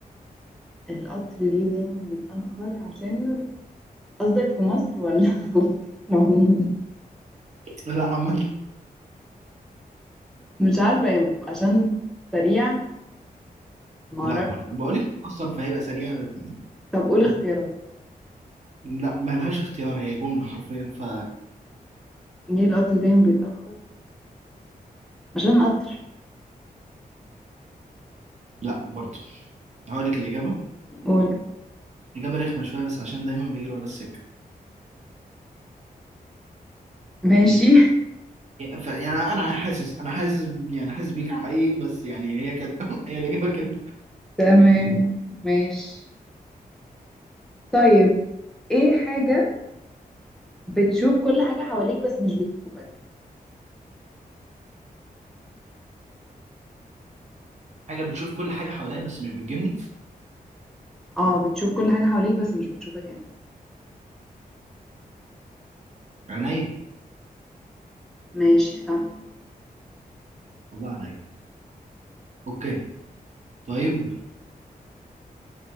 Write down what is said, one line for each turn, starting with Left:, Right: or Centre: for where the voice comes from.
Centre: القطر ليه دايما متأخر عشان قصدك في مصر ولا <laughs> في العموم
Right: لا عامه
Centre: مش عارفة يا- عشان سريع معرفش
Right: لا برضه بقول لك متاخر فهيبقى سريع يعني
Centre: طب قول اختيارات
Right: لا ملهاش اختيار هي جمله حرفيا ف
Centre: ليه القطر دايما بيتأخر عشان قطر
Right: لا برضه هقول لك الاجابه
Centre: قول
Right: إجابة رخمة شوية بس عشان دايما بيجري ورا السكة
Centre: ماشي
Right: ف- يعني أنا حاسس أنا حاسس يعني حاسس بيك حقيقي بس يعني هي كده <laughs> هي الإجابة كده
Centre: تمام ماشي طيب ايه حاجة بتشوف كل حاجة حواليك بس مش بتشوفك
Right: حاجة بتشوف كل حاجة حواليها بس مش بتجيبني
Centre: اه بتشوف كل حاجة حواليك بس مش بتشوفك انت
Right: عينيا
Centre: ماشي صح
Right: والله عليا أوكي طيب